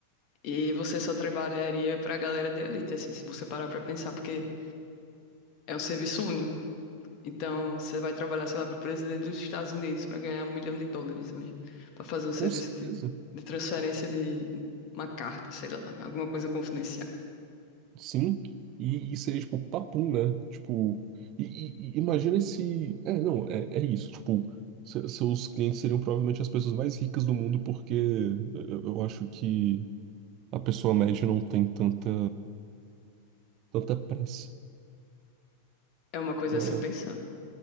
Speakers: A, on the left; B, on the right.
A: E você só trabalharia pra galera de elite, assim, se você parar pra pensar, porque é um serviço único. Então, você vai trabalhar, sei lá, para o presidente dos Estados Unidos para ganhar um milhão de dólares hoje, para fazer um
B: Com
A: serviço
B: certeza.
A: de, de transferência de uma carta, sei lá, alguma coisa confidencial.
B: Sim, e, e seria tipo papum, né? Tipo, e, e- e imagina se. É, não, é, é isso. Tipo, se- seus clientes seriam provavelmente as pessoas mais ricas do mundo, porque eu, eu acho que a pessoa média não tem tanta, tanta pressa.
A: É uma coisa
B: É,
A: a se pensar.